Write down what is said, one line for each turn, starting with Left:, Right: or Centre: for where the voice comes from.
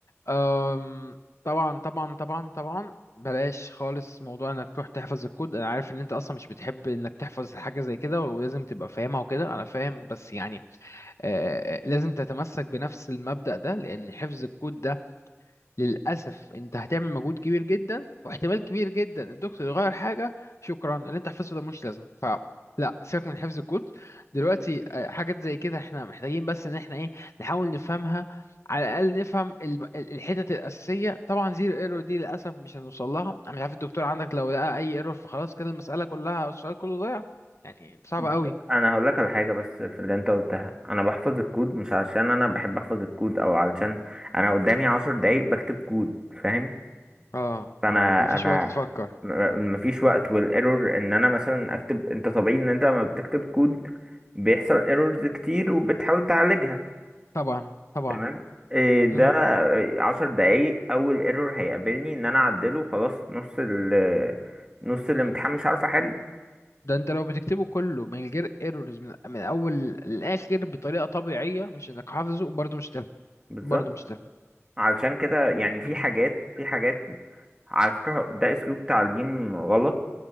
Left: أم، طبعا طبعا طبعا طبعا بلاش خالص موضوع انك تروح تحفظ الكود انا عارف ان انت اصلا مش بتحب انك تحفظ حاجه زي كده ولازم تبقى فاهمها وكده انا فاهم بس يعني آه لازم تتمسك بنفس المبدأ ده لان حفظ الكود ده للأسف أنت هتعمل مجهود كبير جدا واحتمال كبير جدا الدكتور يغير حاجة شكرا اللي أنت حفظته ده مش لازم ف لا سيبك من حفظ الكود دلوقتي آه، حاجات زي كده احنا محتاجين بس ان احنا ايه نحاول نفهمها على الاقل نفهم ال- ال- الحتت الاساسيه طبعا زيرو ايرور دي للاسف مش هنوصل لها انا مش عارف الدكتور عندك لو لقى اي ايرور فخلاص كده المساله كلها أو السؤال كله ضايع يعني صعب
Right: بس
Left: قوي
Right: انا هقول لك على حاجه بس في اللي انت قلتها انا بحفظ الكود مش عشان انا بحب احفظ الكود او علشان انا قدامي عشر دقايق بكتب كود فاهم
Left: اه
Right: فانا
Left: اه مفيش
Right: انا
Left: وقت تفكر
Right: م- مفيش وقت والايرور ان انا مثلا اكتب انت طبيعي ان انت لما بتكتب كود بيحصل ايرورز كتير وبتحاول تعالجها
Left: طبعا طبعا
Right: تمام إيه ده
Left: امم
Right: عشر دقايق اول ايرور هيقابلني ان انا اعدله خلاص نص ال نص الامتحان
Left: امم.
Right: مش عارف احله
Left: ده انت لو بتكتبه كله من غير ايرورز من, من اول للاخر بطريقه طبيعيه مش انك حافظه برضه مش تلحق
Right: بالظبط
Left: برضه مش تلحق
Right: علشان كده يعني في
Left: مم.
Right: حاجات في حاجات على فكرة ده أسلوب تعليم غلط